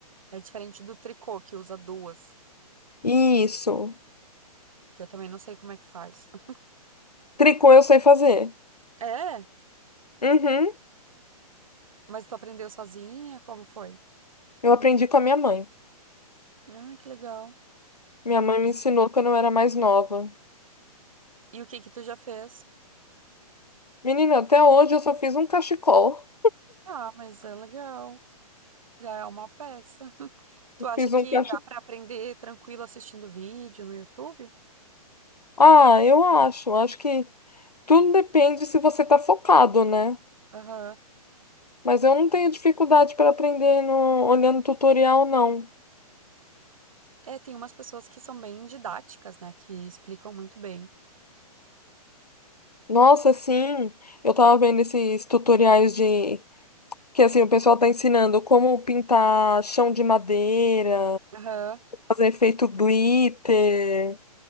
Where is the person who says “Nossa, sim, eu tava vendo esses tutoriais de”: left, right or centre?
Left